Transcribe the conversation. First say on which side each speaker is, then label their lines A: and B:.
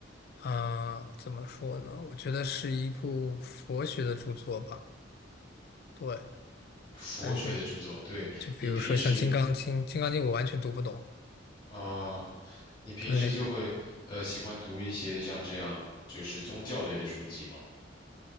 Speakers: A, on the left (about 55°); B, on the left (about 25°).
A: 啊、怎么说呢？我觉得是一部佛学的著作吧，对，
B: 佛学的著作，
A: 但是
B: 对，
A: 就比如说像《金刚经》，
B: 你平时
A: 《金刚经》我完全读不懂，
B: 啊，你平时就会呃喜欢读一些像这样就是宗教类的书籍吗？
A: 对。